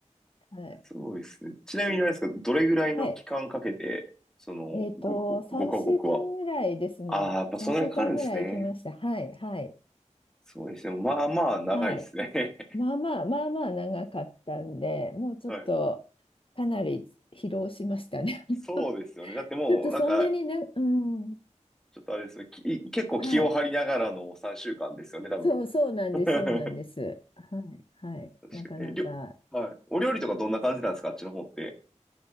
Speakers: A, on the left (about 45°); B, in the centre.
A: はい。
B: すごいですね。ちなみにあれですか、どれぐらいの期間かけて、
A: はい。
B: その、
A: えっと、
B: ご、
A: 3週間ぐらいですね。
B: ごカ国は。ああ、やっぱそんなにかかるんですね。
A: 3週間ぐらい行きました。はい、はい、
B: そうですね。まあまあ、長いですね。
A: はい。
B: <laughs>
A: まあまあ、まあまあ長かったんで、もうちょっと
B: はい。
A: かなり疲労しましたね。
B: そうですよね。
A: <laughs>
B: だってもう、
A: ちょっとそんなにな、
B: なんか、
A: うん、
B: ちょっとあれですね。き結構気を張りながらの3週間ですよね、
A: はい。
B: 多分。
A: そう、そうなんです、
B: <laughs> 確
A: そうなんです。はい、はい。
B: かに。
A: なかなか。
B: え、りょ、はい。お料理とかどんな感じなんですかあっちの方って。